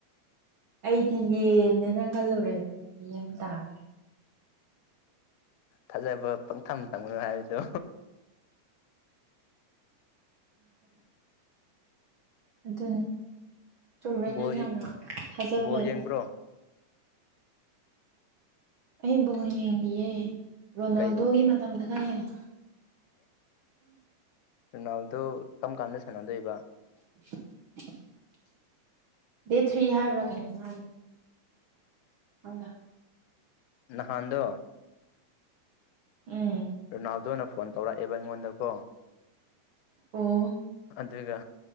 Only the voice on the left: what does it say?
ꯊꯥꯖꯕ ꯄꯪꯊꯝ ꯊꯝꯅꯨ ꯍꯥꯏꯕꯗꯣ
ꯕꯣꯜ
ꯕꯣꯜ ꯌꯦꯡꯕ꯭ꯔꯣ
ꯀꯩ
ꯅꯅꯥꯎꯗꯣ ꯀꯔꯝ ꯀꯥꯟꯗ ꯁꯥꯟꯅꯗꯣꯏꯕ
ꯅꯍꯥꯟꯗ
ꯔꯣꯅꯥꯜꯗꯣꯅ ꯐꯣꯟ ꯇꯧꯔꯛꯑꯦꯕ ꯑꯩꯉꯣꯟꯗꯀꯣ
ꯑꯗꯨꯒ